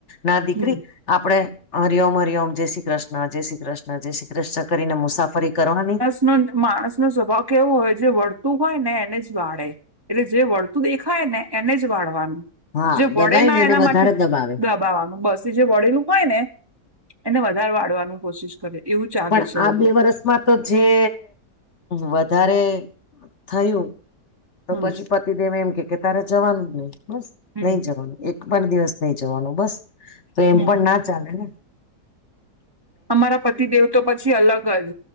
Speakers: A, on the left (about 50°); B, on the right (about 20°).
A: ના દીકરી
B: હમ
A: આપડે હરિ ઓમ, હરિ ઓમ, જય શ્રી કૃષ્ણ, જય શ્રી કૃષ્ણ જય શ્રી કૃષ્ણ કરીને મુસાફરી કરવાની.
B: ન માણસનો સ્વભાવ કેવો હોય જે વળતું હોય ને એને જ વાળે. એટલે જે વળતું દેખાયને એને જ વાળવાનું.
A: હા
B: જે વડેના
A: દબાય ને એને
B: એના માટે
A: વધારે દબાવે
B: દબાવાનું બસ. જે વળેલું હોય ને એને વધારે વાળવાનું કોશિશ કરે એવું ચાલે
A: પણ
B: છે
A: આ
B: વધુ
A: બે વર્ષમાં તો જે વધારે થયું. તો
B: હમ
A: પછી પતિદેવ એમ કે કે તારે જવાનું જ નહી બસ.
B: હમ
A: નહી જવાનું. એક પણ દિવસ નહિ જવાનું બસ તો એમ
B: હમ
A: પણ ના ચાલેને.
B: અમારા પતિદેવ તો પછી અલગ જ.